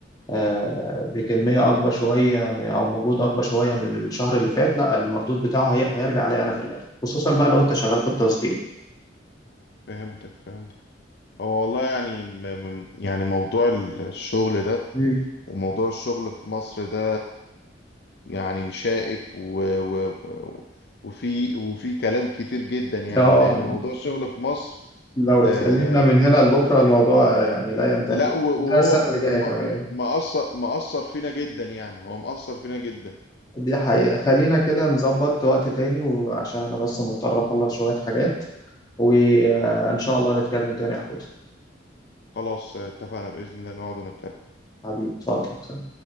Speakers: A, on the left; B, on the left.
A: آه، بكمية أكبر شوية م- أو مجهود أكبر شوية من الشهر اللي فات لا المردود بتاعه هي- هيرجع عليا أنا في الآخر خصوصا بقى لو أنت شغال في التصدير
B: فهمتك فهمتك هو والله يعني م- م- يعني موضوع الشغل ده
A: مم.
B: وموضوع الشغل في مصر ده يعني شائك و و و- وفي وفي كلام كتير جدا يعني
A: اه
B: لأن موضوع الشغل في مصر
A: لو اتكلمنا
B: آه
A: من هنا لبكره الموضوع يعني لا ينتهي
B: لا
A: يعني
B: و-
A: ده
B: وهو
A: السنه
B: م-
A: اللي جايه كمان
B: مأثر مأثر فينا جدا يعني هو مأثر فينا جدا
A: دي حقيقه خلينا كده نظبط وقت تاني وعشان انا بس مضطر اخلص شويه حاجات وان شاء الله نتكلم تاني يا حوت
B: خلاص اتفقنا بإذن الله نقعد ونتكلم
A: حبيبي اتفضل